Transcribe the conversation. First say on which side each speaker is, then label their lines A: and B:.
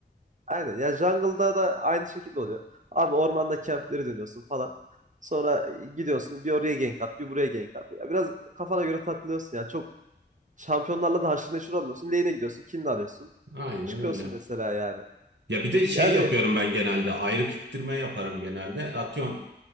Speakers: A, on the right (about 45°); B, on the right (about 80°).
A: aynen ya jungle'da da aynı şekilde oluyor. Abi ormanda campleri dönüyorsun falan. Sonra e, gidiyorsun bir oraya gank at, bir buraya gank at. Ya biraz kafana göre takılıyorsun yani. Çok Şampiyonlarla da haşır neşir olmuyorsun. Lane'e gidiyorsun. Kill'ini alıyorsun.
B: Aynen
A: Çıkıyorsun
B: öyle.
A: mesela yani.
B: Ya bir de şey
A: Yani
B: yapıyorum ben genelde ayrık ittirme yaparım genelde. Atıyorum